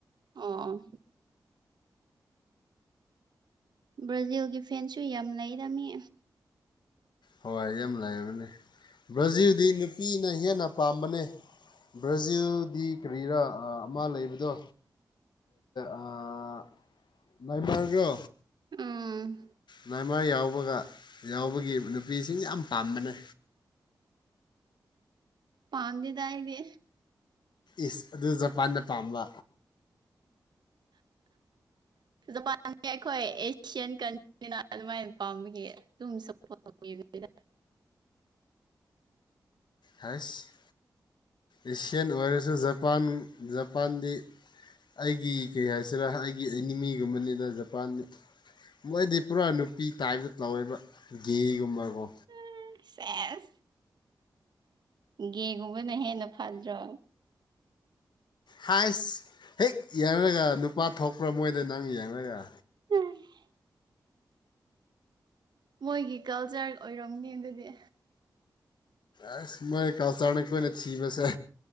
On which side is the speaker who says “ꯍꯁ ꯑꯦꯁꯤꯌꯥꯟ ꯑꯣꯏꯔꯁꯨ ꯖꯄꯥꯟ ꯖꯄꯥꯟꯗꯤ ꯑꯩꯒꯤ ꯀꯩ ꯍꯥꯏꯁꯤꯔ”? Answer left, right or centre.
Left